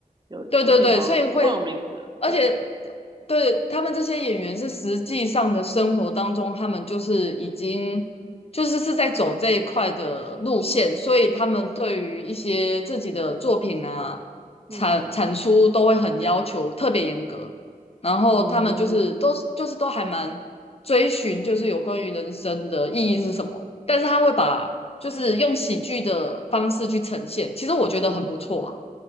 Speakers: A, on the right; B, on the left.
A: 有，
B: 对对对，
A: 我记得好像有忘了名字了对，
B: 所以会而且对他们这些演员是实际上的生活当中，他们就是已经就是是在走这一块的路线，所以他们对于一些自己的作品啊
A: 嗯
B: 产产出都会很要求，特别严格。然后他们就是都就是都还蛮追寻，
A: 嗯
B: 就是有关于人生的意义是什么，但是他会把就是用喜剧的方式去呈现，其实我觉得很不错啊。